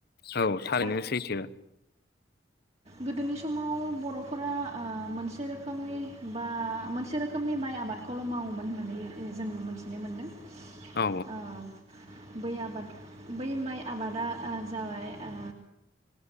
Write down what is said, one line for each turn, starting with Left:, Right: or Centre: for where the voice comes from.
Left: औ थारैनो
Right: आरो
Left: सैथो।
Right: गोदोनि समाव बर'फोरा ओ मोनसे रोखोमनि बा मोनसे रोखोमनि माइ आबादखौल' मावोमोन होननानै जों मिथिनो मोन्दों।
Left: औ
Right: ओ। बै आबाद बै माइ आबादा ओ जाबाय ओ